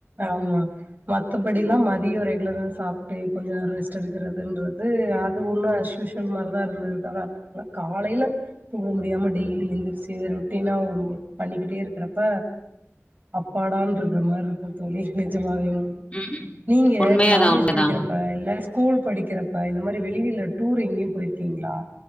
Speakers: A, on the right; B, on the left.
A: ஆமா மத்தபடிலா
B: ம்
A: மதிய ரெகுலரா சாப்பட்டு கொஞ்ச நேர ரெஸ்ட்டு எடுக்கிறதுன்றது அது ஒன்னு அஸ்யூஷுவல் மாரிதா இருந்தது தவர அந்த நேரத்துலா காலையில தூங்க முடியாம டெய்லி எந்திரிச்சி ரொ ட்டினா ஒரு ஒர்க் பண்ணிக்கிட்டே இருக்கிறப்ப அப்பாடான்ருக்க மாரி இருக்கு தோழி நெஜமாவே
B: ம்
A: நீங்க
B: உண்மையாதா
A: காலேஜ்
B: உண்மதா
A: படிக்கிறப்ப இல்ல ஸ்கூல் படிக்கிறப்ப இந்த மாரி வெளியில டூர் எங்கேயு போயிருக்கீங்களா